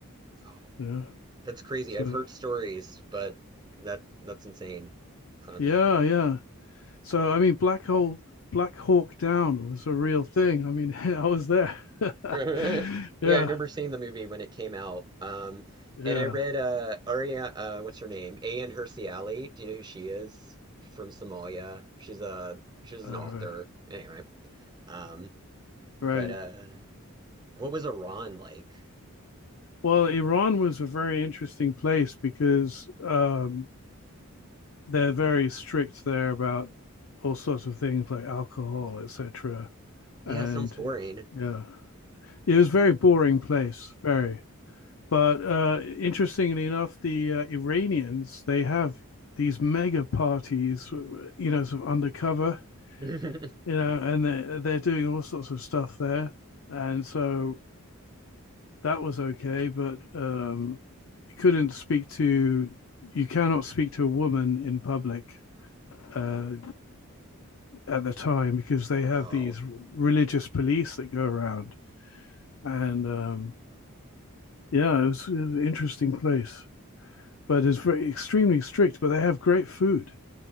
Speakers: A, on the right; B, on the left.
A: wow.
B: Yeah.
A: That's crazy.
B: So
A: I've heard stories, but that that's insane. Um,
B: yeah, yeah. So I mean, Black Hole, Black Hawk Down was a real thing. I mean, <laughs> I was there.
A: <laughs>
B: <laughs>
A: Yeah,
B: yeah,
A: I remember seeing the movie when it came out. Um,
B: yeah.
A: and I read uh Aria uh what's her name? Ayaan Hirsi Ali. Do you know who she is? She's from Somalia. She's a she's
B: All
A: an author.
B: right.
A: Anyway. Um,
B: Right.
A: but uh what was Iran like?
B: Well, Iran was a very interesting place because um, they're very strict there about all sorts of things like alcohol, etc. And
A: Yeah, sounds boring.
B: yeah, it was a very boring place. Very. But uh, interestingly enough, the uh, Iranians they have these mega parties, uh, you know, sort of undercover,
A: <laughs>
B: you know, and they're they're doing all sorts of stuff there, and so that was okay, but um, you couldn't speak to you cannot speak to a woman in public uh, at the time because they have
A: Wow.
B: these religious police that go around, and um, yeah, it was an interesting place, but it's very extremely strict. But they have great food.